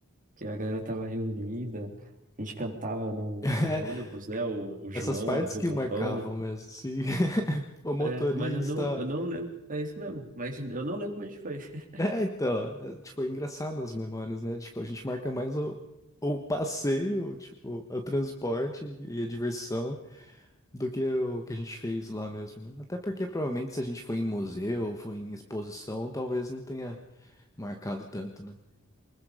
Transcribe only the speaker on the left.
<laughs>
Essas partes
que marcavam mesmo, se <laughs> o motorista.
É, então, é, tipo, é engraçado as memórias, né? Tipo, a gente marca mais o, o passeio, tipo, o transporte e a diversão do que o que a gente fez lá mesmo, né? Até porque provavelmente se a gente foi em museu, foi em exposição, talvez não tenha marcado tanto, né?